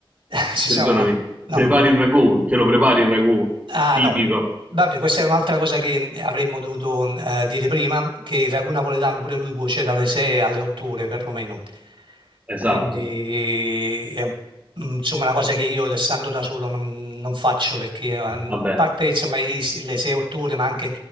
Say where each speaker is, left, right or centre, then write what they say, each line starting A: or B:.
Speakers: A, on the right (about 65°); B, on the right (about 20°).
A: <laughs> ci siamo,
B: perdonami,
A: no? No.
B: prepari il ragù, te lo prepari il ragù
A: Ah,
B: tipico?
A: no. Vabbè, questa è un'altra cosa che avremmo dovuto eh, dire prima, che il ragù napoletano pure lui cuoce dalle 6 alle 8 ore perlomeno.
B: Esatto,
A: Quindi è, mm, insomma una cosa che io stando da solo non, non faccio perché eh, a
B: vabbè,
A: parte insomma i- le 6-8 ore, ma anche